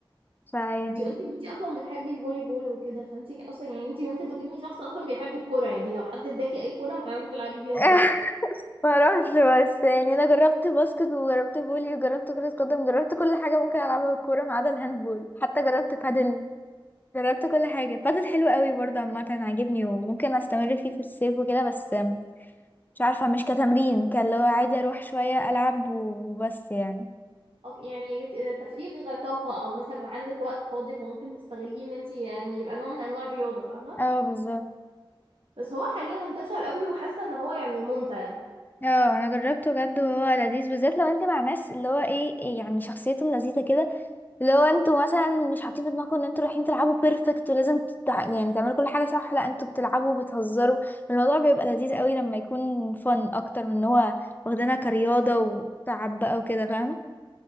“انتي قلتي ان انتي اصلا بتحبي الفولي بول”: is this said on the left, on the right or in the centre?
Right